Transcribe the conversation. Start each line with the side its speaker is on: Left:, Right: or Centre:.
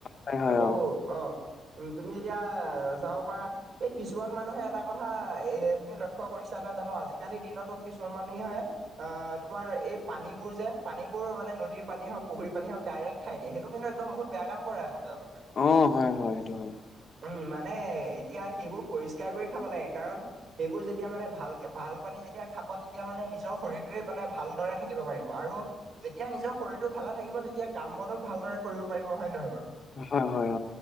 Left: হয় হয়
Right: আকৌ অ' উ তুমি এতিয়া চাব পাৰা। এই, কিছুমান মানুহে এটা কথা এ তুমি লক্ষ্য কৰিছা নাই জানোঁ। আজিকালি দিনতো কিছুমান মানুহে, অ' তোমাৰ এই পানীবোৰ যে পানীবোৰ মানে নদীৰ পানী হওক পুখুৰীৰ পানী হওক ডাইৰেক্ট খাই দিয়ে। সেইটো একদম বহুত বেয়া কাম কৰে আকৌ তেওঁলোকে।
Left: অ' হয়-হয় সেইটো হয়।
Right: উম' মানে এতিয়া সেইবোৰ পৰিষ্কাৰ কৰি খাব লাগে। কাৰণ সেইবোৰ যেতিয়া মানে ভাল, ভাল পানী যেতিয়া খাব। তেতিয়া মানে নিজৰ শৰীৰটো মানে ভালদৰে থাকে। থাকিব পাৰিব আৰু যেতিয়া নিজৰ শৰীৰটো ভালে থাকিব। তেতিয়া কাম বনো ভালদৰে কৰিব পাৰিব। হয় নহয় বাৰু,
Left: হয়-হয়-হয়।